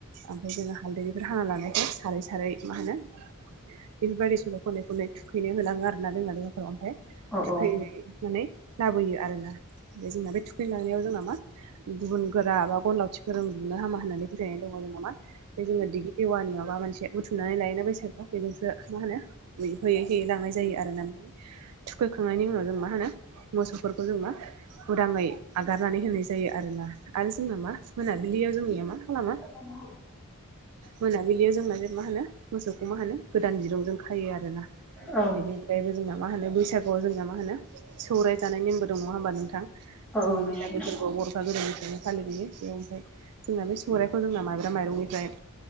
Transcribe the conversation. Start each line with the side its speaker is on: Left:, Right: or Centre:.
Right: ओमफ्राय जोङो हालदै खाना लानायजों सारै सारै मा होनो बेफोरबायदि सल' खनै खननै थुखैनो होलाङो आरोना जोंना बे ओमफ्राय
Centre: औ
Right: थुखैहै लाबोयो आरो ना। ओमफ्राय जोंना बे थुखैलांनायाव जोंना मा गुबुन गोरा बा गन लावथिफोरों बुनो हामा होननानै फोथायनाय दङ जोंना मा। जोङो दिगि एवानियाव माबा मोनसे बुथुमनानै लायोना बैसागु बेजोंसो मा होनो होयै होयै लांनाय जायो आरो ना। थुखैखांनायनि उनाव जों मा होनो मोसौफोरखौ जों मा उदाङै आगारनानै होनाय जायो आरोना आरो जोंना मा मोनाबिलियाव जोंनिया मा खालामो।
Centre: <unintelligible>
Right: मोनाबिलियाव जोंना जे मा होनो मोसौखौ मा होनो गोदान दिरुंजों खायो आरोना।
Centre: औ
Right: बेनो ओमफ्रायबो जोंना मा होन बैागुआव जोंहा मा होनो सौराय जानाय नेमबो नङाहोमबा नोंथां? जोंनि
Centre: औ औ नंगौ
Right: बैसागो
Centre: नोंथां।
Right: फोरबो बर'फा गोदान फालिबोयो बेयाव ओमफ्राय जोंना बे सौराइखौ जोंना माइब्रा माइरंनिफ्राय